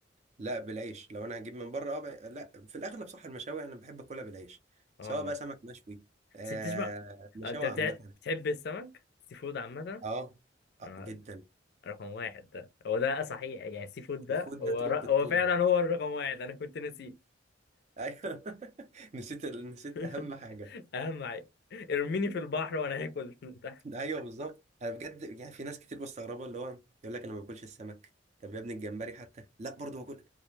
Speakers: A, on the right (about 35°); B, on the left (about 55°).
A: لا بالعيش لو انا هجيب من بره اه بقى- لا في الاغلب صح المشاوي انا بحب اكلها بالعيش
B: اه
A: سواء بقى سمك مشوي آه
B: بس بتشبع
A: مشاوي
B: اه، انت بتع...
A: عامه
B: بتحب السمك سي فود عامه
A: اه اه
B: اه
A: جدا
B: رقم واحد ده هو ده صحيح يعني السي فود ده
A: الفود
B: هو
A: ده توب
B: ر...
A: التوب
B: هو فعلا هو الرقم واحد انا كنت ناسيه
A: <laughs> ايوه <laughs> نسيت ال- نسيت
B: <laughs>
A: اهم حاجه
B: اهم حاجه ارميني في البحر وانا هاكل <laughs> انت
A: ايوه بالظبط انا بجد يعني في ناس كتير مستغربه اللي هو يقول لك انا ما باكلش السمك طب يا ابني الجمبري حتى لا برضه باكل